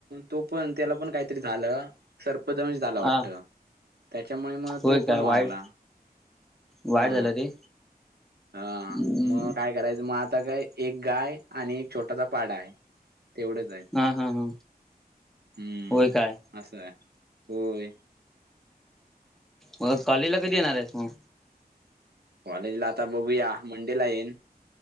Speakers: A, on the right (about 80°); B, in the centre.
A: तो पण त्याला पण काहीतरी झालं सर्पदोष झाला वाटत?
B: हा
A: त्याच्यामुळे मग
B: होय
A: तो
B: काय
A: पण वारला
B: वाईट वाईट
A: हा
B: झालं रे
A: हा
B: हम्म,
A: मग काय करायचं मग आता काय एक गाय आणि एक छोटासा पाडा हाय तेवढंच.
B: हा हा हा
A: हम्म
B: होय काय
A: असंय होय
B: मग कॉलेजला कधी येणार आहेस मग.
A: कॉलेज ला आता बघूया मंडे ला येईन.